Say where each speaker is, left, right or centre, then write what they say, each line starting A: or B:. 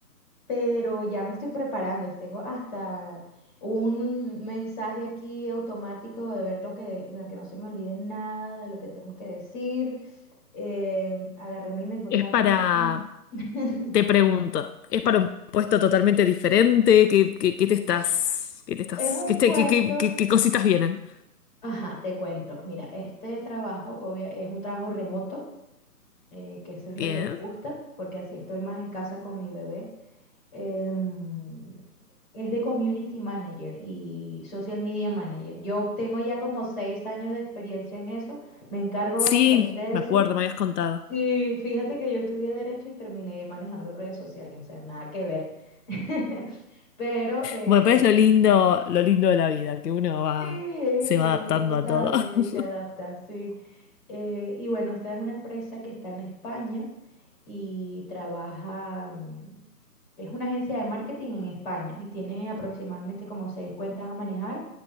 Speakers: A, on the left; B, on the left.
A: pero ya me estoy preparando. es- Tengo hasta un mensaje aquí automático de ver lo que, bueno, que no se me olvide nada de lo que tengo que decir. em, agarré mi mejor
B: Es
A: camisa.
B: para,
A: <laughs>
B: te pregunto, es para un puesto totalmente diferente, ¿qué, qué- qué te estás, qué te estás,
A: Es un
B: qué, te-
A: puesto,
B: qué- qué- qué- qué cositas vienen?
A: ajá, te cuento. Mira, este trabajo obvia- es un trabajo remoto, eh, que eso es
B: Bien.
A: lo que me gusta, porque así estoy más en casa con mi bebé. em, es de Community Manager y Social Media Manager. Yo tengo ya como seis años de experiencia en eso, me encargo
B: Sí,
A: básicamente de
B: me
A: eso.
B: acuerdo, me habías contado.
A: Y fíjate que yo estudié Derecho y terminé manejando redes sociales, o sea, nada que ver. <laughs> Pero eh,
B: Bueno, pero es lo lindo, lo lindo de la vida, que uno va,
A: sí,
B: se va
A: como
B: adaptando
A: todo
B: a
A: cambia
B: todo.
A: y se adapta,
B: <laughs>
A: sí. Eh, y bueno, esta es una empresa que está en España y trabaja, mm, es una agencia de marketing en España y tiene aproximadamente como seis cuentas a manejar.